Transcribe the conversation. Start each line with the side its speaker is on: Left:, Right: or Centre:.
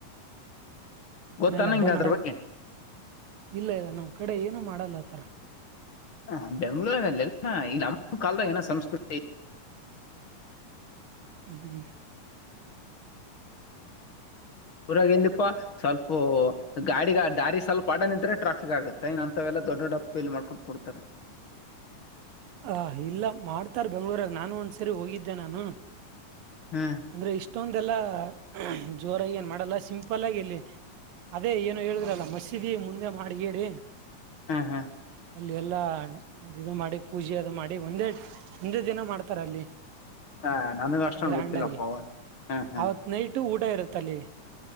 Right: ಒಟ್ಟಿನಲ್ಲಿ
Left: ಗೊತ್ತಾನ
Right: ಹಬ್ಬ
Left: ಹಿಂಗ
Right: ಮಾಡಕ್
Left: ಅದ್ರ ಬಗ್ಗೆ
Right: ಇಲ್ಲ ಇಲ್ಲ ನಮ್ ಕಡೆ ಏನುೂ ಮಾಡಲ್ಲ ಆತರ
Left: ಹ ಬೆಂಗ್ಳೂರಲ್ಲೆಲ್ಲ ಈ ನಮ್ಮ ಕಾಲದಾಗ ಏನ ಸಂಸ್ಕೃತಿ
Right: ಹ್ಮ
Left: ಊರಾಗ ಎಲ್ಲಿಪ್ಪಾ ಸ್ವಲ್ಪ ಗಾಡಿ ದಾರಿ ಸ್ವಲ್ಪ ಅಡ್ಡ ನಿಂತ್ರ ಟ್ರಾಫಿಕ್ ಆಗುತ್ತೆ ಇನ್ನ ಅಂತವೆಲ್ಲ ದೊಡ್ಡ ದಪ್ಪ ಇಲ್ಲಿ ಮಾಡ್ಕೊಟ್ಕೊಡ್ತಾರೆ.
Right: ಹ ಇಲ್ಲ ಮಾಡ್ತಾರ್ ಬೆಂಗ್ಳೂರಾಗ ನಾನ್ ಒಂದ್ಸ ರಿಗೆ ಹೋಗಿದ್ದೆ ನಾನು.
Left: ಹ್ಮ್
Right: ಅಂದ್ರೆ ಇಷ್ಟ ಇಷ್ಟೊಂದೆಲ್ಲಾ ಜೋರಾಗಿ ಏನ್ ಮಾಡಲ್ಲ ಸಿಂಪಲ್ ಆಗಿ ಇಲ್ಲಿ ಅದೇ ಏನು ಹೇಳುದ್ರಲ್ಲ ಮಸೀದಿ ಮುಂದೆ ಮಾಡಗೀಡಿ
Left: ಹ್ಮ ಹಾ
Right: ಅಲ್ಲಿ ಎಲ್ಲಾ ಇದು ಮಾಡಿ ಪೂಜೆ ಅದು ಮಾಡಿ ಒಂದೇ ಒಂದೇ ದಿನ ಮಾಡ್ತಾರ ಅಲ್ಲಿ.
Left: ಹಾ ನನಗ ಅಷ್ಟನ್
Right: ಗ್ರ್ಯಾಂಡ್
Left: ಗೊತ್ತಿಲ್ಲಪ್ಪ
Right: ಆಗಿ
Left: ಅವನ್ ಹ್ಮ್ ಹ್ಮ್.
Right: ಅವತ್ ನೈಟ್ ಊಟ ಇರುತ್ತ ಅಲ್ಲಿ